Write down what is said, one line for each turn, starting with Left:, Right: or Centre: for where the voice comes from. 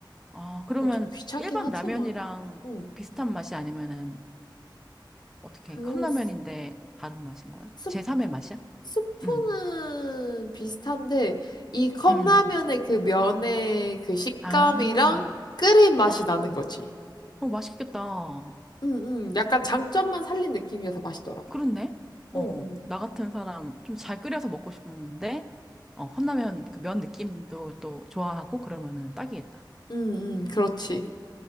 Centre: 아, 그러면
Left: 좀 귀찮긴
Centre: 일반
Left: 하지만.
Centre: 라면이랑
Left: 응.
Centre: 비슷한 맛이 아니면은 어떻게
Left: 그
Centre: 컵라면인데
Left: 스,
Centre: 다른 맛인 거야?
Left: 스-
Centre: 제3의 맛이야?
Left: 스프는
Centre: 응,
Left: 비슷한데 이 컵라면의
Centre: 음. 응
Left: 그 면의 그 식감이랑
Centre: 아,
Left: 끓인 맛이
Centre: 헉,
Left: 나는 거지.
Centre: 어, 맛있겠다.
Left: 응, 응. 약간 장점만 살린 느낌이어서 맛있더라고.
Centre: 그렇네.
Left: 어,
Centre: 어,
Left: 어.
Centre: 나 같은 사람 좀 잘 끓여서 먹고 싶은데, 어, 컵라면 그 면 느낌도 또 좋아하고 그러면은 딱이겠다.
Left: 응, 응. 그렇지.